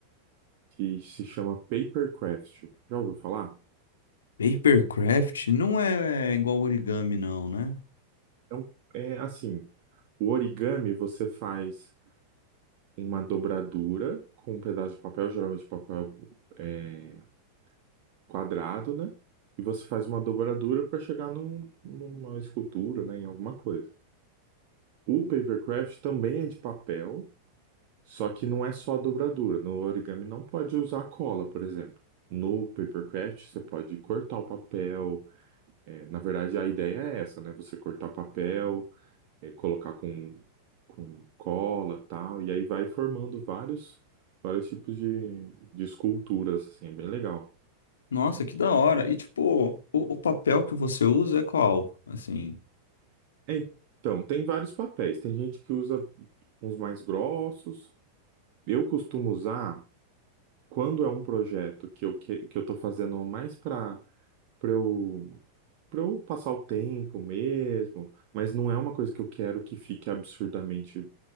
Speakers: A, on the right; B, on the left.
A: que se chama papercraft. Já ouviu falar?
B: Papercraft não é igual origami, não, né?
A: É, um- é assim, o origami você faz uma dobradura com um pedaço de papel, geralmente papel é, quadrado, né? E você faz uma dobradura para chegar num- numa escultura, né, em alguma coisa. O papercraft também é de papel, só que não é só a dobradura. No origami não pode usar cola, por exemplo. No papercraft você pode cortar o papel. É, na verdade, a ideia é essa, né? Você cortar o papel, é, colocar com, com cola, tal, e aí vai formando vários, vários tipos de, de esculturas, assim, é bem legal.
B: Nossa, que da hora. E tipo, o, o papel que você usa é qual? Assim,
A: É, Então, tem vários papéis. Tem gente que usa uns mais grossos. Eu costumo usar quando é um projeto que eu que, que eu tô fazendo mais para para eu para eu passar o tempo mesmo, mas não é uma coisa que eu quero que fique absurdamente